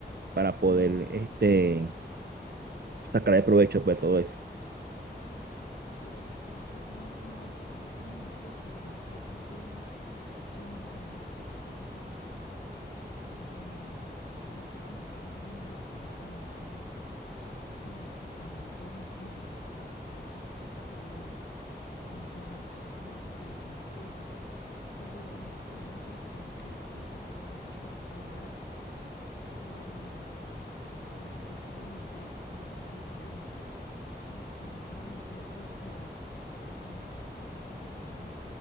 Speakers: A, on the right; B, on the left.
A: para poder este, sacar el provecho de todo eso.
B: De repente en Kick no, no sé, yo me imagino que sí, la otra vez yo estuve chismoseando en Kick em, y, y ellos muestran como un catálogo de los juegos que más eh, se, se están transmitiendo, ¿no? De repente este catálogo... No sé, ¿has visto como algo interesante? Yo, pues desde mi experiencia, algo que siempre jalaba mucho era Fall Guys. Am, duré un tiempo, por ejemplo, cuando estaba en Facebook Gaming, en, en ese momento, pues era así como súper popular, era el,